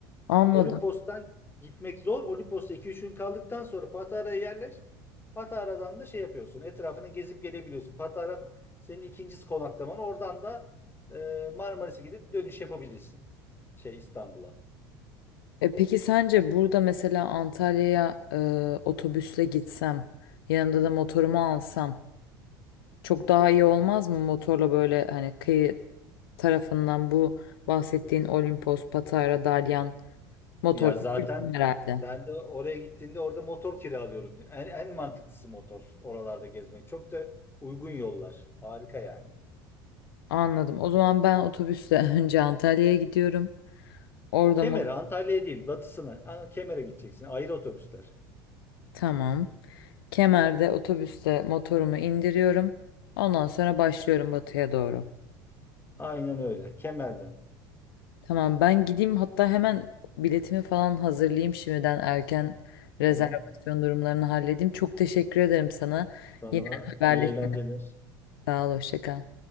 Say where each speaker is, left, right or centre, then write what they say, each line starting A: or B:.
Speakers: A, on the left; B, on the left.
A: Anladım.
B: Olimpos'tan gitmek zor. Olimpos'ta iki üç gün kaldıktan sonra Patara'ya yerleş. Patara'dan da şey yapıyorsun. Etrafını gezip gelebiliyorsun. Patara senin ikincisi konaklaman. Oradan da e, Marmaris'e gidip dönüş yapabilirsin. Şey İstanbul'a.
A: E peki sence burada mesela Antalya'ya e, otobüsle gitsem, yanımda da motorumu alsam çok daha iyi olmaz mı motorla böyle hani kıyı tarafından bu bahsettiğin Olimpos, Patara, Dalyan motor
B: Ya zaten e,
A: herhalde.
B: ben de oraya gittiğimde orada motor kiralıyorum. En, en mantıklısı motor oralarda gezmek. Çok da uygun yollar. Harika yani.
A: Anladım. O zaman ben otobüsle <laughs> önce Antalya'ya gidiyorum. Orada
B: Kemer'e
A: mı?
B: Antalya'ya değil batısına. Ha, Kemer'e gideceksin. Ayrı otobüsler.
A: Tamam. Kemer'de otobüsle motorumu indiriyorum. Ondan sonra başlıyorum batıya doğru.
B: Aynen öyle. Kemer'den.
A: Tamam ben gideyim hatta hemen biletimi falan hazırlayayım şimdiden erken rezervasyon
B: Tamam.
A: durumlarını halledeyim. Çok teşekkür ederim sana.
B: Sana
A: Yine haberleşelim.
B: iyi eğlenceler.
A: Sağ ol, hoşça kal.